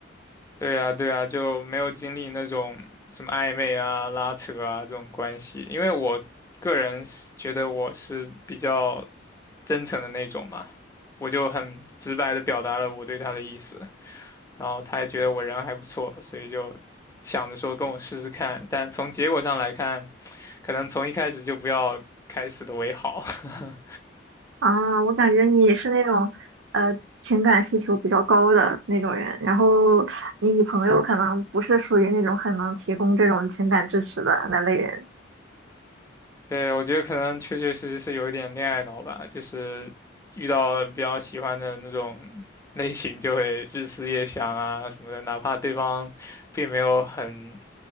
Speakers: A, on the left; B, on the right.
A: 对呀，对呀，就没有经历那种什么暧昧啊、拉扯啊这种关系，因为我个人是觉得我是比较真诚的那种嘛，我就很直白的表达了我对他的意思，然后他也觉得我人还不错，所以就想着说跟我试试看，但从结果上来看，可能从一开始就不要开始的为好。<laughs>
B: 啊，我感觉你是那种呃情感需求比较高的那种人，然后你女朋友可能不是属于那种很能提供这种情感支持的那类人。
A: 对，我觉得可能确确实实是有一点恋爱脑吧，就是遇到比较喜欢的那种类型，就会日思夜想啊什么的，哪怕对方并没有很